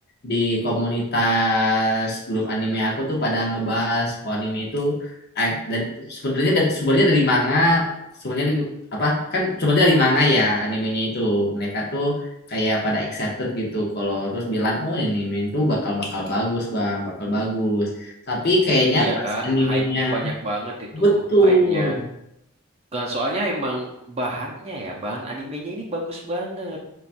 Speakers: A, on the left; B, on the right.
A: di komunitas grup anime aku tuh pada ngebahas kalau anime itu eh, dari- sebenarnya dari sebenarnya dari manga sebenarnya di- apa kan sebenarnya dari manga ya animenya itu mereka tuh kayak pada excited gitu kalau terus bilang oh ini anime itu bakal bakal bagus bang bakal bagus tapi kayaknya
B: Iya
A: pas
B: kan,
A: animenya
B: hype-nya banyak banget itu,
A: betul
B: hype-nya. Nah, Soalnya emang bahannya ya, bahan animenya ini bagus banget.